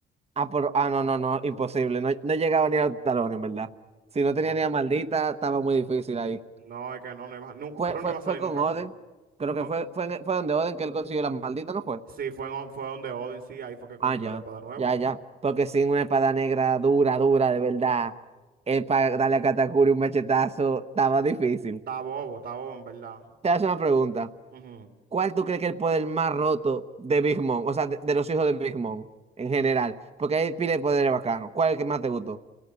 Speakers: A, on the right; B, on the right.
A: Ah, pero, ah, no, no, no, imposible. No, no llegaba ni a los talones, en verdad. Si no
B: No,
A: tenía ni a maldita, estaba muy difícil ahí.
B: no, es que no, no iba, no,
A: Fue,
B: pero
A: fue,
B: no iba a salir
A: fue con
B: nunca
A: Oden.
B: con, con,
A: Creo que
B: con-
A: fue, fue, en- fue donde Oden que él consiguió la maldita, ¿no fue?
B: sí, fue, en, fue donde Oden, sí, ahí fue que consiguió
A: Ah, ya,
B: la espada nueva.
A: ya, ya. Porque sin una espada negra dura, dura, de verdad, él para darle a Katakuri un machetazo, estaba difícil.
B: Está bobo, está bobo en verdad.
A: Te hago una pregunta.
B: Ujú.
A: ¿Cuál tú crees que es el poder más roto de Big Mom? O sea, de, de los hijos de Big Mom en general. Porque hay pila de poderes bacanos. ¿Cuál es el que más te gustó?